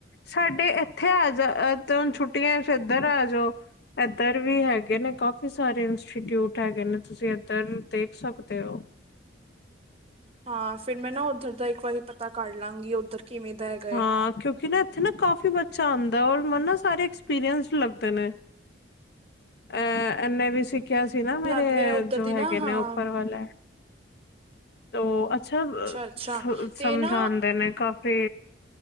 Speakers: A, on the left; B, on the right.
A: ਸਾਡੇ ਇੱਥੇ ਅ ਆ ਜਾ ਤੈਨੂੰ ਛੁੱਟੀਆਂ ਫੇਰ ਇੱਧਰ ਆ ਜਾਓ ਇੱਧਰ ਵੀ ਹੈਗੇ ਨੇ ਕਾਫੀ ਇੰਸਟੀਚਿਊਟ ਹੈਗੇ ਨੇ ਤੁਸੀਂ ਇੱਧਰ ਦੇਖ ਸਕਦੇ ਹੋ
B: ਹਾਂ ਫੇਰ ਮੈਂ ਨਾ ਉੱਧਰ ਦਾ ਇੱਕ ਵਾਰੀ ਪਤਾ ਕਰ ਲਾਂਗੀ ਉੱਧਰ ਕਿਵੇਂ ਦਾ ਹੈਗਾ
A: ਹਾਂ ਕਿਉਂਕਿ ਨਾ ਇੱਥੇ ਨਾ ਕਾਫੀ ਬੱਚਾ ਆਉਂਦਾ ਔਰ ਮੈਨੂੰ ਨਾ ਸਾਰੇ ਐਕਸਪੀਰੀਸਦ ਲੱਗਦੇ ਨੇ ਏਹ ਇਹਨੇ ਵੀ ਸਿੱਖਿਆ ਸੀ ਨਾ ਮੇਰੇ
B: ਲੱਗ ਰਿਹਾ ਉੱਧਰ
A: ਜੋ
B: ਦੀ
A: ਹੈਗੇ
B: ਨਾ ਹਾਂ
A: ਨੇ ਉੱਪਰ ਵਾਲੇ ਉਹ ਅੱਛਾ
B: ਅੱਛਾ
A: ਸ
B: ਤੇ
A: ਸਮਝਾਦੇ
B: ਨਾ
A: ਨੇ ਕਾਫ ਤੇ